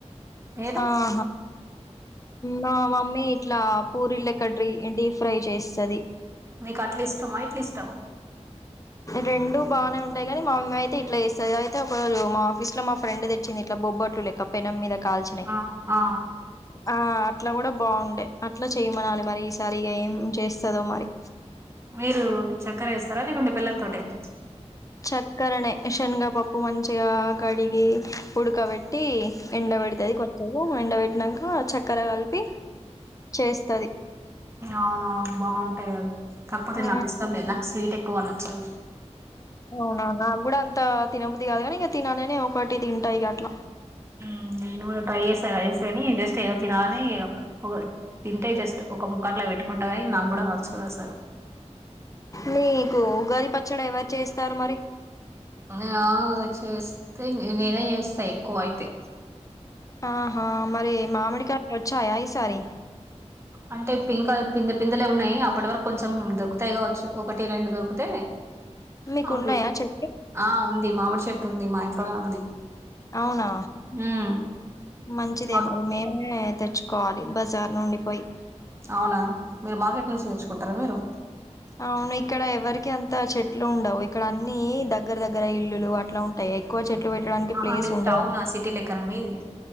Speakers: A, on the right; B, on the left.
A: మీరు
B: ఆహా మా మమ్మీ మ్మీ ఇట్లా పూరీల లెక్క డీ ఫ్రై చేస్తది
A: మీకు అట్ల ఇష్టమా ఇట్ల ఇష్టమా
B: రెండు బానే ఉంటాయి కానీ మా మమ్మీ అయితే ఇట్లా చేస్తది. అయితే ఒక రోజు మా ఆఫీస్ లో మా ఫ్రెండ్ తెచ్చింది. ఇట్లా బొబ్బట్లు లెక్క పెనం మీద కాల్చినై
A: ఆ ఆ
B: ఆ అట్లా కూడా బాగుండే అట్లా చేయమనాలి. మరి ఈసారి ఇగ ఏం చేస్తదో మరి
A: మీరు చక్కర వేస్తారా లేకుంటే బెల్లం తోటేన
B: చక్కరనే శనగా పప్పు మంచిగా కడిగి ఉడ్కబెట్ టి ఎండబడుతది
A: ఉమ్
B: కొంచెం ఎండ పెట్టినంక చక్కర కలిపి చేస్తది.
A: అవునవును బాగుంటాయి అవి కాకపోతే
B: ఆ
A: నాకు ఇష్టం లేదు నాకు స్వీట్ ఎ ఎక్కువ నచ్చదు
B: అవునా నాగూడ అంత తినబుద్ధి గాదు గాని తినననే ఒకటి తింటా ఇగ అట్ల
A: ఉమ్ నేను కూడా ట్రై చేస్తే వెస్ట్ అని జస్ట్ ఏదో తినాలని ఉ తింటే జస్ట్ ఒక మ్ ఒక అట్లా పెట్టుకుంటా కానీ నాకు కూడ నచ్చదు అసలు
B: నీకు ఉగాది పచ్చడి ఎవరు చేస్తారు మరి
A: ఆ చేస్తే నేనే చేస్తా ఎక్కువ అయితే
B: ఆ ఆ మరి మామిడి కాయ్ వచ్చాయా ఈ సారి
A: అంటే పింక్ పింద పిందలే ఉన్నాయి. అప్పటి వరకు కొంచెం దొరుకుతాయి కావచ్చు. ఒకటి రెండు దొరికితే
B: మీకు
A: అవి
B: ఉన్నాయా చెట్లు
A: ఆ ఉంది మామిడి చెట్టు ఉంది మాయ తనా ఉంది
B: అవునా
A: ఉమ్
B: మంచిదే
A: ఆ
B: మరి మేమే తెచ్చుకోవాలి బజార్ నుండి పోయి
A: అవునా మీరు మార్కెట్ నుంచి చేర్చుకుంటరా మీరు
B: అవును ఇక్కడ ఎవరికి అంత చెట్లు ఉండవు. ఇక్కడ అన్ని దగ్గర దగ్గర ఇల్లులు అట్లా ఉంటాయి. ఎక్కువ చెట్లు పెట్టడానికి
A: ఆహా
B: ప్లేస్
A: మీది
B: ఉండదు
A: టౌన్ ఆ సిటీ లెక్కన మీది